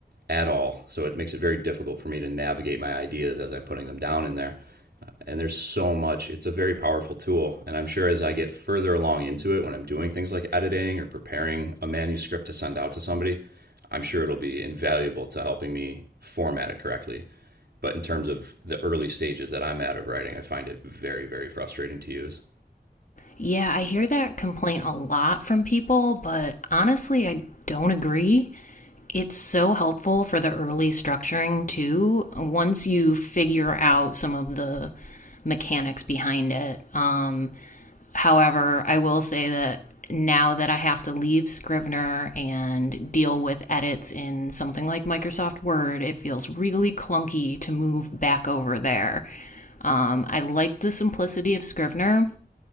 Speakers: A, on the right; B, on the left.
A: at all. So it makes it very difficult for me to navigate my ideas as I'm putting them down in there. Uh, And there's so much. It's a very powerful tool. And I'm sure as I get further along into it, when I'm doing things like editing or preparing a manuscript to send out to somebody, I'm sure it'll be invaluable to helping me format it correctly. But in terms of the early stages that I'm at of writing, I find it very, very frustrating to use.
B: Yeah, I hear that complaint a lot from people, but honestly, I don't agree. It's so helpful for the early structuring, too, once you figure out some of the mechanics behind it. Um, however, I will say that now that I have to leave Scrivener and deal with edits in something like Microsoft Word, it feels really clunky to move back over there. Um, I like the simplicity of Scrivener,